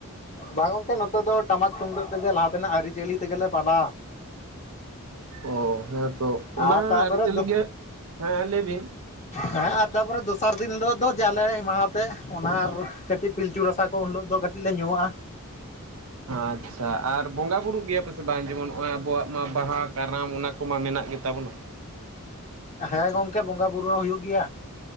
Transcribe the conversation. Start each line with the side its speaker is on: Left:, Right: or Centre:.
Left: ᱵᱟᱝ ᱜᱚᱝᱠᱮ ᱱᱚᱛᱮ ᱫᱚ ᱴᱟᱢᱟᱠ ᱛᱩᱢᱫᱟᱹᱜ ᱛᱮᱜᱮ ᱞᱟᱦᱟ ᱛᱮᱱᱟᱜ ᱟᱹᱨᱤᱪᱟᱹᱞᱤ ᱛᱮᱜᱮᱞᱮ ᱯᱟᱞᱟᱣᱟ᱾
Right: ᱚ ᱦᱮᱸᱛᱚ
Left: ᱟᱨ
Right: ᱚᱱᱟ
Left: ᱛᱟᱯᱚᱨᱮ
Right: ᱟᱹᱨᱤᱪᱟᱹᱞᱤ
Left: ᱫᱚ
Right: ᱜᱮ ᱦᱮᱸ ᱞᱟᱹᱭ ᱵᱤᱱ
Left: ᱦᱮᱸ ᱟᱨ ᱛᱟᱯᱚᱨᱮ ᱫᱚᱥᱟᱨ ᱫᱤᱱ ᱦᱤᱞᱳᱜ ᱫᱚ ᱡᱟᱞᱮ ᱢᱟᱦᱟᱛᱮ ᱚᱱᱟ ᱟᱨ ᱠᱟᱹᱴᱤᱡ ᱯᱤᱞᱪᱩ ᱨᱟᱥᱟ ᱠᱚ ᱩᱱ ᱦᱤᱞᱳᱜ ᱫᱚ ᱠᱟᱹᱴᱤᱡ ᱞᱮ ᱧᱩᱣᱟᱜᱼᱟ᱾
Right: ᱟᱪᱪᱷᱟ ᱟᱨ ᱵᱚᱸᱜᱟ ᱵᱩᱨᱩᱜ ᱜᱮᱭᱟ ᱯᱮᱥᱮ ᱵᱟᱝ? ᱡᱮᱢᱚᱱ ᱱᱚᱜᱼᱚᱭ ᱟᱵᱚᱣᱟᱜ ᱢᱟ ᱵᱟᱦᱟ ᱠᱟᱨᱟᱢ ᱚᱱᱟ ᱠᱚᱢᱟ ᱢᱮᱱᱟᱜ ᱜᱮᱛᱟ ᱵᱚᱱ᱾
Left: ᱦᱮᱸ ᱜᱚᱝᱠᱮ ᱵᱚᱸᱜᱟ ᱵᱩᱨᱩ ᱦᱚ ᱦᱩᱭᱩᱜ ᱜᱮᱭᱟ᱾